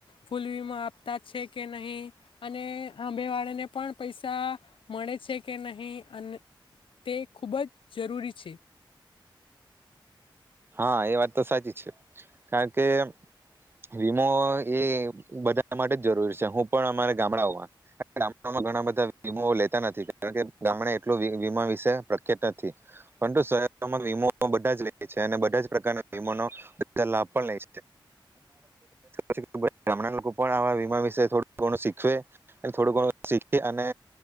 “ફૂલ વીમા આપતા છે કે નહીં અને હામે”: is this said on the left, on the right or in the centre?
Left